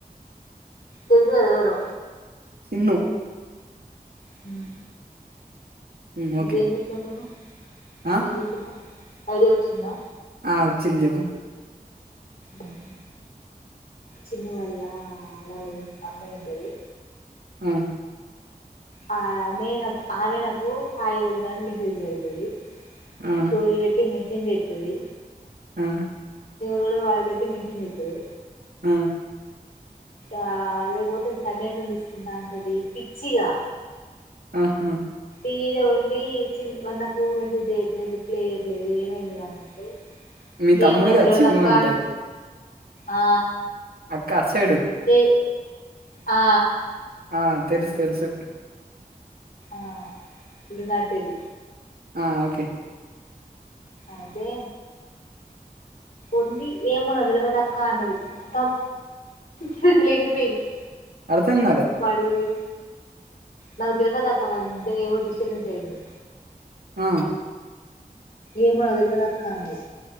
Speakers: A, on the left; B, on the right.
A: తెలుసుకదేవరొ
B: సిన్ను
A: మ్
B: ఉమ్
A: ఇకేం
B: ఓకే
A: చెప్పినాను నేను
B: ఆ
A: ఏం చెప్పినా ఐడియా వచ్చిందా
B: ఆ వచ్చింది చెప్పు
A: మ్... చిన్నూ వాల్ల అలా అమ్మాయి ఉంటది
B: ఆ
A: ఆ ఆమె నాకు ఆమె నాకు హాయి వదినాని మెసేజ్ పెడుతది
B: ఆ
A: తోరి పెట్టి మెన్షన్ చేస్తుది
B: ఆ
A: వేరే వాళ్ళు పెట్టి మెన్షన్ చేస్తరు
B: ఆ
A: ఆ లేకపోతే సన్యాసం తీసుకుంటా అంటది పిచ్చిగా
B: ఆహా
A: ఈడ ఉండీ చి వాడు నాకు మెసేజ్ చేయట్లేదు రిప్లై చెయట్లేదు ఏమైందిరా అనంటే
B: మీ తమ్ముడు
A: ఏమో నాకు
B: కదా
A: తెల్వదక్కా
B: చిన్ను అంటే
A: ఆ
B: అక్క అటు సైడు
A: ఏ ఆ
B: ఆ తెలుసు తెలుసు
A: ఆ ఉడునాటిల్
B: ఆ ఓకే
A: అదే ఉండి ఏమో నాకు తెల్వదక్క అన్నది ఖతం ఫీజులెగిరిపొయినియి
B: అర్థం కాలే
A: ఆడికి పొయ్ నాకుదెల్వదక్కా వంద ఏవో డిస్టబెన్స్ అయ్యింది
B: ఆ
A: ఏమో నాకు దెల్వదక్క అన్నది